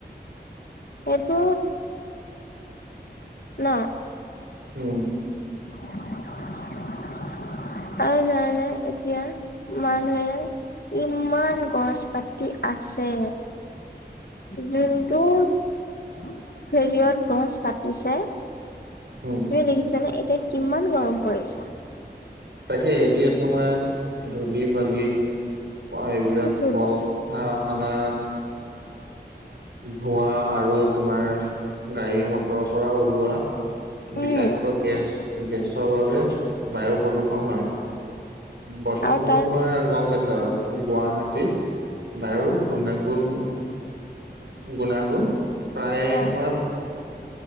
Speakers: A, on the left; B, on the right.
A: সেইটো ন
B: উম
A: <unintelligible> আৰু জানে এতিয়া মানুহে ইমান গছ পতি আছে জুইটো হেৰিয়ত গছ কাটিছে
B: উম
A: তুমি দেখিছানে এতিয়া কিমান গৰম পৰিছে
B: তাকে এতিয়া তোমাৰ ধূলি বালি এইবিলাক
A: সেইটোৱেটো
B: কল কৰখানা ধোৱা আৰু তোমাৰ গাড়ী মটৰৰ পৰা ওলোৱা বিষাক্ত
A: উম
B: গেছ গেছৰ বাবে বায়ু প্ৰদূৰষণ হয়। বৰ্তমান
A: আৰু তাৰ
B: তোমাৰ গম পাইছ আৰু গুৱাহাটী বায়ু
A: অ
B: গুণাগুণ গুণাগুণ প্ৰায়
A: অ
B: তোমাৰ